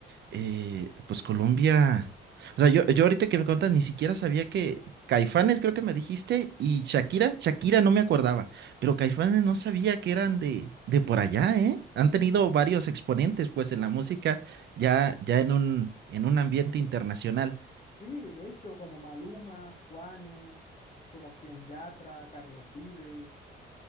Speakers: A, on the right (about 60°); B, on the left (about 35°).
A: eh, pues Colombia. O sea, yo, yo ahorita que me contas, ni siquiera sabía que Caifanes, creo que me dijiste, y Shakira, Shakira no me acordaba, pero Caifanes no sabía que eran de, de por allá, ¿eh? Han tenido varios exponentes, pues, en la música, ya, ya en un, en un ambiente internacional.
B: Sí, de hecho, como Maluma, Juanes, Sebastián Yatra, Carlos Vives,